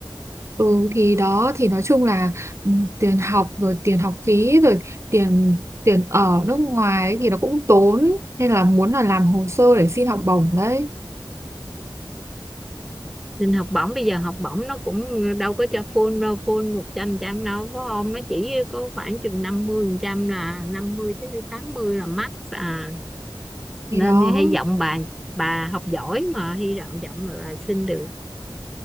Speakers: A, on the right; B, in the centre.
A: ừ thì đó thì nói chung là ừ, tiền học rồi tiền học phí rồi tiền tiền ở nước ngoài ấy thì nó cũng tốn nên là muốn là làm hồ sơ để xin học bổng đấy
B: nên học bổng bây giờ học bổng nó cũng đâu có cho full đâu full một trăm trăm đâu có không nó chỉ có khoảng chừng năm mươi phần trăm là năm mươi tới tám mươi là max à
A: thì
B: nên
A: đó
B: hy vọng bà bà học giỏi mà hy vọng vọng là bà xin được